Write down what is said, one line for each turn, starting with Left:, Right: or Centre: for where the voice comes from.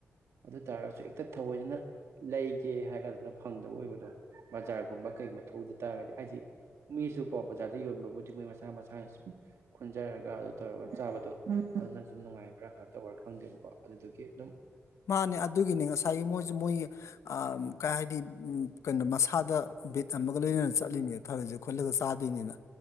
Right: ꯑꯗꯨ ꯇꯥꯔꯒꯁꯨ ꯍꯦꯛꯇ ꯊꯑꯣꯏꯅꯅ ꯂꯩꯒꯦ ꯍꯥꯏꯒꯗꯅ ꯐꯪꯗꯕ ꯑꯣꯏꯕꯗꯣ ꯕꯖꯥꯔꯒꯨꯝꯕ ꯀꯩꯒꯨꯝꯕ ꯊꯣꯛꯗ ꯇꯥꯔꯒꯗꯤ ꯍꯥꯏꯗꯤ ꯃꯤꯁꯨꯀꯣ ꯕꯖꯥꯔꯗ ꯌꯣꯟꯕꯕꯨꯗꯤ ꯃꯣꯏ ꯃꯁꯥ ꯃꯁꯥꯅ ꯁꯨꯝ ꯈꯨꯟꯖꯔꯒ ꯑꯗꯨ ꯇꯧꯔꯒ ꯆꯥꯕꯗꯣ ꯑꯗꯨꯅ ꯁꯨꯝ ꯅꯨꯡꯉꯥꯏꯕ꯭ꯔꯥ ꯀꯩꯅꯣ ꯇꯧꯕ꯭ꯔꯥ ꯈꯪꯗꯦꯕꯀꯣ ꯑꯗꯨꯗꯨꯒꯤ ꯑꯗꯨꯝ
Left: ꯃꯥꯅꯦ ꯑꯗꯨꯒꯤꯅꯤ ꯉꯁꯥꯏꯒꯤ ꯃꯣꯏꯁꯨ ꯃꯣꯏ ꯑ ꯀꯩ ꯍꯥꯏꯗꯤ ꯎ ꯀꯩꯅꯣ ꯃꯁꯥꯗ ꯕꯤꯠ ꯑꯃꯒ ꯂꯣꯏꯅꯅ ꯆꯠꯂꯤꯅꯦ ꯊꯔꯣꯏꯁꯦ ꯈꯨꯠꯂꯒ ꯆꯥꯗꯣꯏꯅꯤꯅ